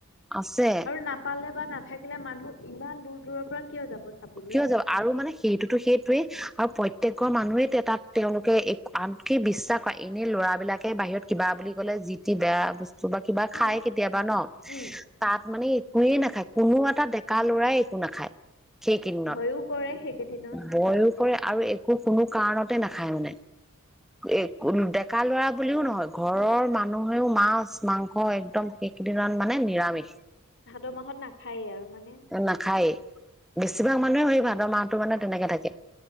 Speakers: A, in the centre; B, on the left (about 55°).
A: আছে
B: আৰু নাপালে বা নাথাকিলে মানুহ ইমান দূৰ- দূৰৰ পৰা, কিয় যাব চাবলৈ।
A: কিয় যাব আৰু মানে সেইটোতো, সেইটোৱেই, আৰু প্ৰত্যেক ঘৰ মানুহে তেতাত তেওঁলোকে আনকি বিশ্বাস কৰে এনে ল'ৰাবিলাকে বাহিৰত কিবা বুলি কলে যি, টি বেয়া বস্তু বা, কিবা
B: অ',
A: খাই কেতিয়াবা ন',
B: উম
A: তাত মানে, হোয়ে নাখায় কোনো এটা ডেকা লৰাই একো নাখায়। সেই কেইদিনত।
B: ভয়ো কৰে সেইকেইদিনত
A: বয়ো কৰে আৰু একো, কোনো কাৰণতে নাখায় মানে ডেকা- লৰা বুলিও নহয় ঘৰৰ মানুহেও মাছ- মাংস একদম সেইকেইদিনমান মানে নিৰামিষ।
B: ভাদ- মাহত নাখায়েই আৰু মানে।
A: নাখায়েই বেছিভাগ মানুহে সেই ভাদৰ মাহতো মানে তেনেকে থাকে